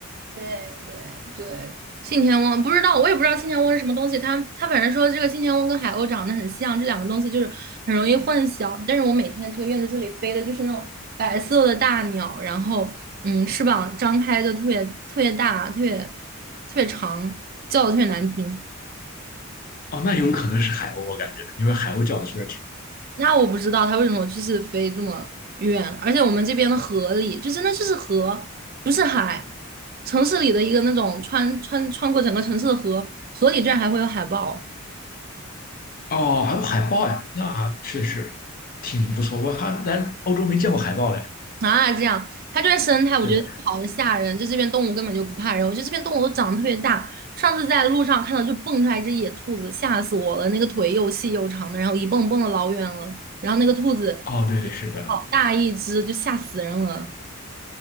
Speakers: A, on the right; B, on the left.
A: 对对对，信天翁不知道，我也不知道信天翁是什么东西。他他反正说这个信天翁跟海鸥长得很像，这两个东西就是很容易混淆。但是我每天这个院子这里飞的就是那种白色的大鸟，然后嗯，翅膀张开就特别特别大，特别特别长，叫的特别难听。
B: 哦，那有可能是海鸥，我感觉，因为海鸥叫的确实挺……
A: 那我不知道它为什么就是飞这么远，而且我们这边的河里就真的就是河，不是海。城市里的一个那种穿穿穿过整个城市的河，所里居然还会有海豹
B: 哦，还有海豹呀，那确实挺不错。我还来欧洲没见过海豹嘞。
A: 啊！这样，它这边生态我觉得好的吓人，
B: 对，
A: 就这边动物根本就不怕人，我觉得这边动物都长得特别大。上次在路上看到就蹦出来一只野兔子，吓死我了，那个腿又细又长的，然后一蹦蹦的老远了，然后那个兔子
B: 哦，对，是的，
A: 好大一只，就吓死人了。